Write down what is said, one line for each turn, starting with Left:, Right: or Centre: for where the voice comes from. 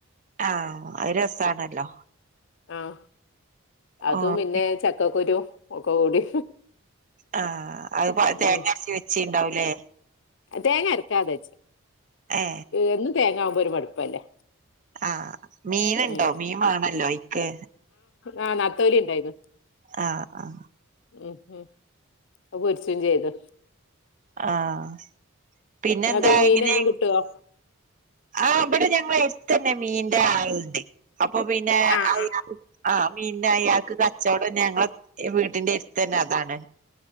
Right: ആഹ് അത് രസാണല്ലോ
Left: ആഹ് അതും
Right: ഓഹ്
Left: പിന്നെ ചക്കക്കുരു ഒക്കെ കൂടി
Right: ആഹ് അത്പ തേങ്ങ
Left: ഉം
Right: അരച്ചി വെച്ചിണ്ടാവൂലേ
Left: തേങ്ങ അരക്കാതെച്ച്
Right: ഏ
Left: എന്നും തേങ്ങയാവുമ്പോ ഒരു മടുപ്പല്ലേ
Right: ആഹ് മീനു ഉണ്ടോ
Left: ഉം
Right: മീമാണല്ലോ അ യ് ക്ക്
Left: ആഹ് നത്തോലി ഇണ്ടായിന്നു
Right: ആഹ് ആഹ്
Left: ഉം ഉം <unintelligible> എക്സ്ചേഞ്ച് ചെയ്ത്
Right: ആഹ് പിന്നെന്താ
Left: നിങ്ങൾക്ക്
Right: ഇങ്ങനെ
Left: <unintelligible>
Right: ആഹ് ഇബട ഞങ്ങ എടുത്ത് തന്നെ മീന്റെ ആളുണ്ട് അപ്പൊ പിന്നേ
Left: ആ
Right: <unintelligible>
Left: ആ
Right: ആഹ് മീന്നെ അയാൾക്ക് കച്ചവടം ഞങ്ങള് ഈ വീട്ടിന്റെ എര് ത്ത് ന്നെ അതാണ്